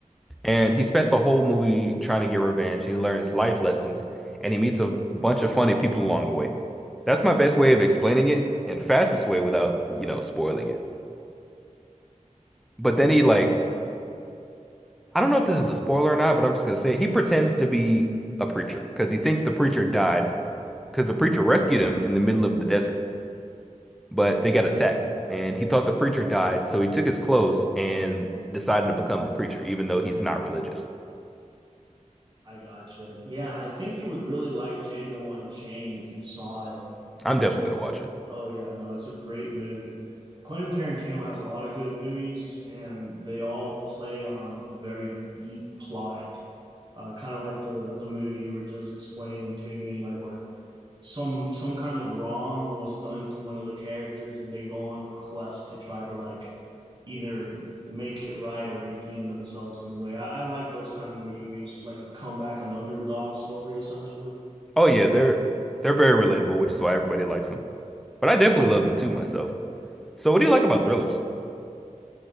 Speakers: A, in the centre; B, on the right (about 35°).
A: And he spent the whole movie trying to get revenge. He learns life lessons and he meets a bunch of funny people along the way. That's my best way of explaining it and fastest way without, you know, spoiling it. But then he like, I don't know if this is a spoiler or not, but I'm just gonna say it. He pretends to be a preacher because he thinks the preacher died because the preacher rescued him in the middle of the desert, but they got attacked. And he thought the preacher died, so he took his clothes and decided to become the preacher, even though he's not religious.
B: I gotcha. Yeah, I think you would really like Django Unchained if you saw it.
A: I'm definitely gonna watch it.
B: Oh yeah, no, it's a great movie. Quentin Tarantino has a lot of good movies, and they all play on a very deep plot. Uh, kind of like the the movie you were just explaining to me, like where some some kind of wrong was done to one of the characters and they go on a quest to try to like either make it right or redeem themselves in a way. I, I like those kind of movies, like a comeback, an underdog story essentially.
A: Oh yeah, they're they're very relatable, which is why everybody likes them. But I definitely love them too myself. So what do you like about thrillers?